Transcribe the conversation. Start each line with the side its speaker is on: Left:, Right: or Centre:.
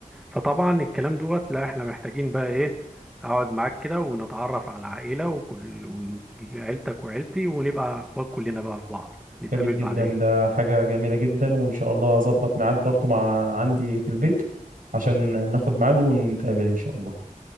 Centre: فطبعا الكلام دوت لا احنا محتاجين بقى ايه اقعد معاك كده ونتعرف على عائلة وكل ونجي- عيلتك وعيلتي ونبقى اخوات كلنا بقى في بعض نتقابل
Right: جميل جدا
Centre: بعدين
Right: ده حاجة جميلة جدا وإن شاء الله أظبط ميعاد برضه مع عندي في البيت عشان ناخد ميعاد ونتقابل إن شاء الله